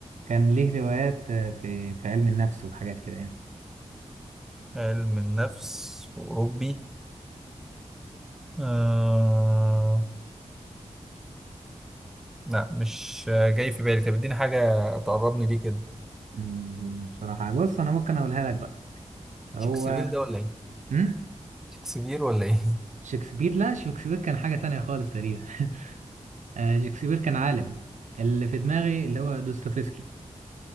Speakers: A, on the right; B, in the centre.
A: كان ليه روايات آه، في في علم النفس وحاجات كده يعني
B: علم النفس أوروبي آه... لا مش آه، جاي في بالي طب اديني حاجة تقربني ليه كده
A: مم، بصراحة بص انا ممكن اقولها لك بقى هو
B: شكسبير ده ولا إيه؟
A: مم؟
B: شكسبير ولا إيه؟ <laughs>
A: شكسبير لا شكسبير كان حاجة تانية خالص تقريبا <laughs> آه، شكسبير كان عالم اللي في دماغي اللي هو دوستويفسكي